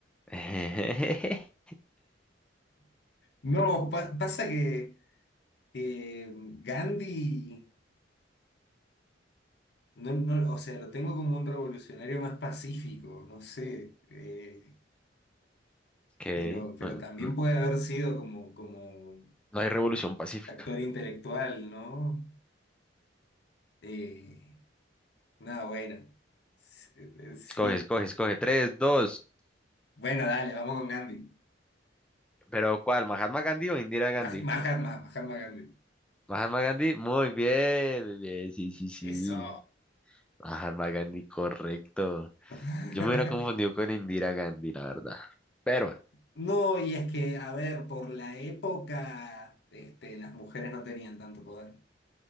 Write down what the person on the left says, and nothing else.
No, pa- pasa que eh, Gandhi. No, no, o sea, lo tengo como un revolucionario más pacífico, no sé, eh,
pero, pero
también
puede haber sido como, como
actor intelectual, ¿no? Eh, nada, bueno, S- eh, sí,
bueno, dale, vamos con Gandhi.
Mah- Mahatma, Mahatma Gandhi.
Eso.
<laughs>
No, y es que, a ver, por la época, este, las mujeres no tenían tanto poder,